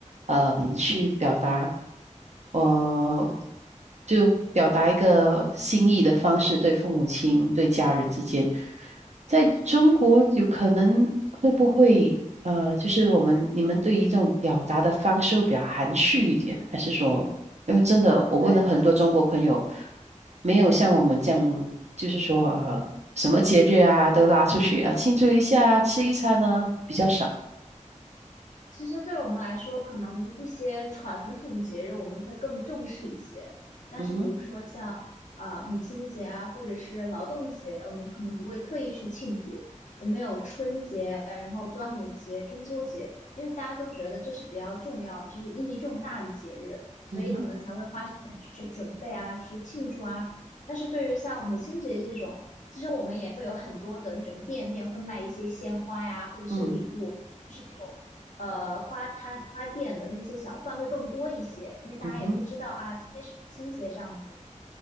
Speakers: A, on the right; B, on the left.
A: 呃，去表达，呃，就表达一个心意的方式，对父母亲、对家人之间，在中国有可能会不会？呃，就是我们你们对于这种表达的方式会比较含蓄一点，还是说，因为真的我问了很多中国朋友，
B: 对，
A: 没有像我们这样，就是说呃，什么节日啊都拉出去啊庆祝一下啊吃一餐呢比较少。
B: 其实对我们来说，可能一些传统节日我们会更重视一些，但是比如说像啊、
A: 嗯哼，
B: 呃母亲节啊，或者是劳动节，我们可能不会特意去庆祝。我们有春节，然后端午节、中秋节，因为大家都觉得这是比较重要，就是意义重大的节日，所以可能才会花时间去准备啊，
A: 嗯哼，
B: 去庆祝啊。但是对于像母亲节这种，其实我们也会有很多的那种店面会卖一些鲜花呀，或者是礼物。
A: 嗯
B: 就是那种。呃花摊花店的那些小贩会更多一些，因为大家也都知道啊，
A: 嗯哼，
B: 今天是母亲节这样子。